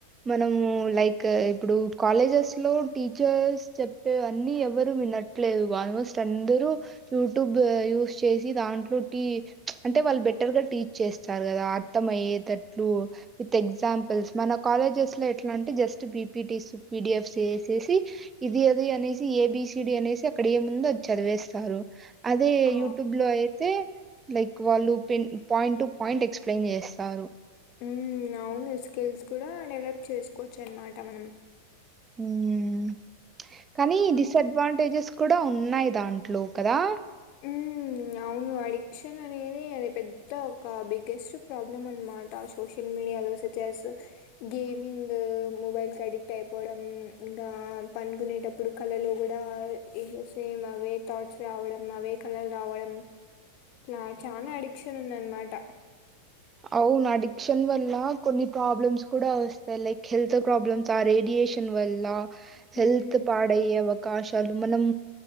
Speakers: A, on the right (about 20°); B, on the left (about 45°).
A: మనము లైక్ ఇప్పుడు కాలేజెస్ లో టీచర్స్ చెప్పేవన్నీ ఎవరు వినట్లేదు ఆల్మోస్ట్ అందరు యూట్యూబ్ యూస్ చేసి దాంట్లో టీ అంటే వాళ్ళు బెటర్ గా టీచ్ చేస్తారు కదా అర్థం అయ్యేటట్లు విత్ ఎగ్జాంపుల్స్ మన కాలేజెస్ లో ఎట్లా అంటే జస్ట్ పీ. పీ. టి స్ పి. డి. ఎఫ్ స్ వేసేసి ఇది అది అనేసి ఏబిసిడి అనేసి అక్కడ ఏ ముంధో అది చదివేస్తారు అదే
B: ఆ!
A: యూట్యూబ్ లో అయితే లైక్ వాళ్ళు పెన్న్ పాయింట్టు పాయింట్ ఎక్స్ప్లయిన్ చేస్ సారు
B: మ్మ్ అవును స్కిల్స్ కూడా డెవలప్ చేసుకోవచ్చు అనమాట మనం
A: మ్మ్ కానీ డిసడ్వాంటేజెస్ కూడా ఉన్నాయి దాన్ ట్లు కదా
B: హుమ్ అవును అడిక్షన్ అనేది అది పెద్ద ఒక బిగ్గెస్ట్ ప్రాబ్లమ్ అనమాట సోషల్ మీడియాలో సచ్ ఎస్ గేమింగ్ మొబైల్కి అడిక్ట్ అయిపోవడం ఇంకా పనుకునేటప్పుడు కళలో కూడా సేమ్ అవే థాట్స్ రావడం ఆవే కళలు రావడం ఇట్ల చాలా అడిక్షన్ ఉంది అనమాట
A: అవును అడిక్షన్ వల్ల కొన్ని ప్రాబ్లమ్స్ కూడా వస్తాయి లైక్ హెల్త్ ప్రాబ్లమ్స్ ఆ రేడియేషన్ వల్ల
B: హ్మ్.
A: హెల్త్ పాడయియవ కాష్ చాలు మనం